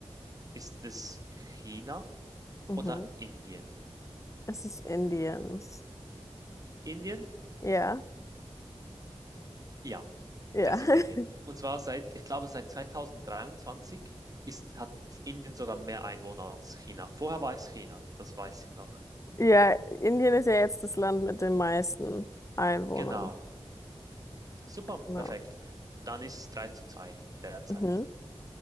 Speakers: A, on the right; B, on the left.
A: Ist es China
B: Mhm.
A: oder Indien?
B: Es ist Indien.
A: Indien?
B: Ja.
A: ja.
B: Ja.
A: Es ist Indien.
B: <laughs>
A: Und zwar seit, ich glaube, seit 2023 ist, hat Indien sogar mehr Einwohner als China. Vorher war es China, das weiß ich noch.
B: Ja, Indien ist ja jetzt das Land mit den meisten Einwohnern.
A: Genau. Super,
B: Genau.
A: perfekt. Dann ist es 3 zu 2 derzeit.
B: Mhm.